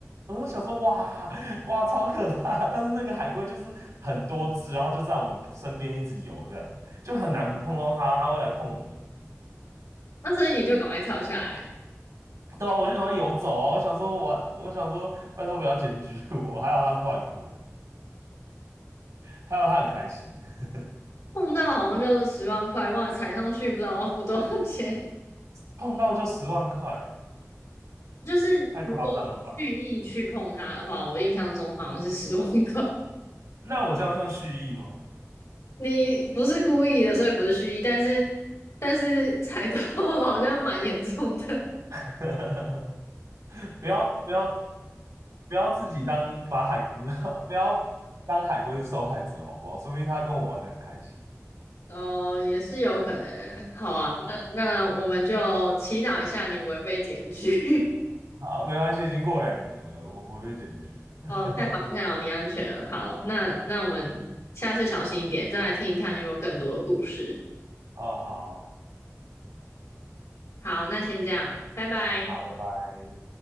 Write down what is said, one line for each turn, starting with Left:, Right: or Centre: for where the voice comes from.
Right: 我就想说哇哇超可怕，但是那个海龟就是很多只，然后就在我们身边一直游，这样就很难不碰到它，它会来碰我们。
Left: 那所以你就赶快跳下来，
Right: 对啊，我就赶快游走啊！我想说我，我想说，拜托不要检举我，还好他是外国人。还有他很开心，<laughs>
Left: 碰到好像就十万块，忘了踩上去不知道要付多少钱。
Right: 碰到就十万块，
Left: <laughs> 就是如果蓄意去碰它的话，
Right: 太夸张了吧？
Left: 我印象中好像是十万块。
Right: 那我这样算蓄意吗？
Left: 你不是故意的，所以不是蓄意，但是但是踩到 <laughs> 好像蛮严重的。
Right: <laughs> 不要不要不要自己当把海龟，<laughs> 不要当海龟是受害者好不好？说不定他跟我玩的很开心。
Left: 哦，也是有可能。好啊，那那我们就祈祷一下你不会被检举。
Right: 好，没关系，已经过两年了，我不会被检举的。
Left: <laughs> 哦，太好了太好了你安全了。
Right: <laughs>
Left: 好，那那我们下次小心一点，再来听一看你有没有更多的故事。
Right: 哦，好，
Left: 好，那先这样，拜拜。
Right: 好，拜拜。